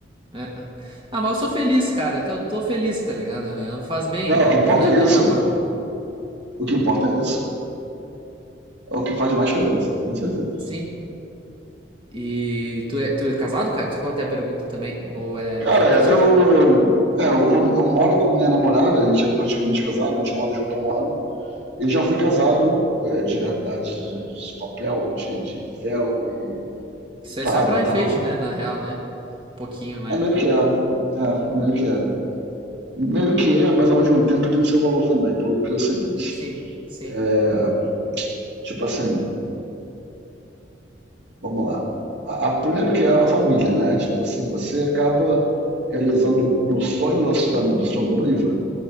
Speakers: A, on the right (about 25°); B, on the right (about 65°).
A: É. Ah, mas eu sou feliz, cara. Eu tô, eu tô feliz, tá ligado? Eu- Me faz bem.
B: Não,
A: É
B: o
A: um
B: que
A: bom,
B: importa
A: eu
B: é
A: tenho
B: isso.
A: um namoro bom.
B: O que importa é isso. É o que faz mais diferença, com certeza.
A: Sim. E tu é, tu é casado, cara? Desculpa até a pergunta também. Ou é
B: Cara,
A: sozinho?
B: eu. É, eu, eu moro com minha namorada, a gente é praticamente casado, a gente mora junto há um ano. E já fui casado, é, de verdade, de papel, de, de véu e
A: Isso é
B: padre
A: só pra
B: e tal.
A: enfeite, né? Na real, né? Um Pouquinho, né?
B: É meio que é. É, meio que é. Meio que é, mas ao mesmo tempo tem seu valor também, pelo que é o seguinte.
A: Sim, sim,
B: É, tipo assim, Vamos lá. A, a- primeiro que é a família, né? Tipo assim, você acaba realizando no sonho da, su- da, da sua noiva,